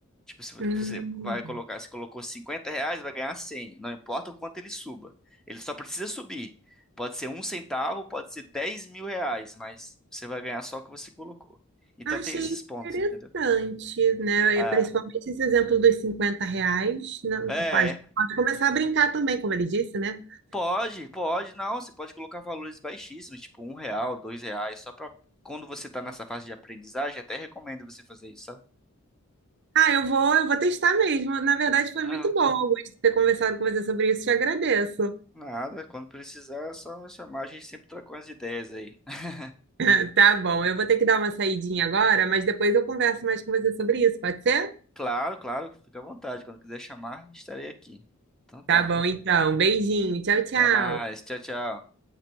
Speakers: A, in the centre; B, on the right (about 50°).
A: Tipo, se
B: Hum,
A: você vai colocar, se colocou 50 reais, vai ganhar 100. não importa o quanto ele suba. Ele só precisa subir. Pode ser um centavo, pode ser dez mil reais, mas você vai ganhar só o que você colocou. Então
B: achei
A: tem esses pontos,
B: interessante,
A: entendeu?
B: né?
A: Ah,
B: E Principalmente esse exemplo dos 50 reais. Não,
A: é.
B: tu pode, pode começar a brincar também, como ele disse, né?
A: Pode, pode, não, você pode colocar valores baixíssimos, tipo um real, dois reais, só pra quando você tá nessa fase de aprendizagem, até recomendo você fazer isso, sabe?
B: Ah, eu vou, eu vou testar mesmo. Na verdade, foi
A: Ah,
B: muito bom, Augusto, ter conversado com você sobre isso. Te agradeço.
A: Nada, quando precisar é só chamar, a gente sempre troca umas ideias aí. <laughs>
B: <laughs> Tá bom, eu vou ter que dar uma saidinha agora, mas depois eu converso mais com você sobre isso, pode ser?
A: Claro, claro, fica à vontade, quando quiser chamar, estarei aqui. Então tá,
B: Tá bom, então. Beijinho. Tchau, tchau.
A: até mais, tchau, tchau.